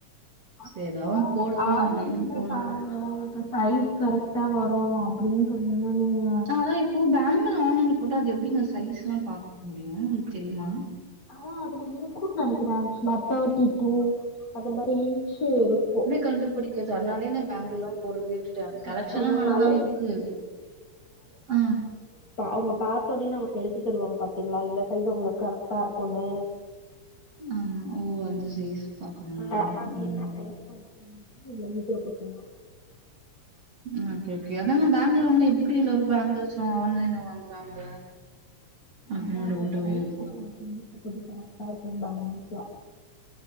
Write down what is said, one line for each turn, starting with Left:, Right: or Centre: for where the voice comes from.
Left: ஆ
Right: சரி ஏதாவது ஒண்ணு போடுவோம்
Left: ஆன்லைன்லியே
Right: அப்படின்னு போலான்னு
Left: பாருங்க
Right: தான் இருக்கு.
Left: உங்குளுக்கு சைஸ் கரெக் கரேக்ட்டா வரு அப்டினு சொன்னீங்க நீங்க
Right: அதா இப்போ பேங்கிள் ஆன்லைன்ல போட்டா அது எப்டிங்க சைஸ் எல்லா பாக்க முடியு உங்குளுக்கு தெரியுமா
Left: ஆ அதுல இருக்கூன் நெனைக்கிற ஆக்சுலா தேர்ட்டி டூ அந்த மாரி இஞ் இருக்கூ
Right: கண்டுபுடி இருக்குது அதுனாலயே நா பேங்குல்லா போட்றதே விட்டுட்ட கலெக்க்ஷன்லா
Left: இப்ப நம்ம
Right: நல்லா
Left: வலை
Right: தா இருக்கு ஆ
Left: அவுங்க பாத்தோனே நமக்கு எடுத்து தருவாங்க பாத்தீங்களா இந்த சைஸ் அவுங்களுக்கு கரெக்டா இருக்கூனு
Right: ஆமா ஓ அந்த சைஸ் பார்க்கணுமா?
Left: <unintelligible>
Right: ம். ம் ஓகே ஓகே அதான பேங்குள் வாங்குனா எப்டி எல்லாரு பேங்குள்ஸ்லா ஆன்லைன்ல வாங்குறாங்க அப்படின்னு
Left: அதான் அப்ப
Right: டவுட்டாவே
Left: சைஸ்
Right: இருக்கும்.
Left: <unintelligible> அப்போதக்கி கரைக்டா இருக்கூ பேங்குள்ஸ்லா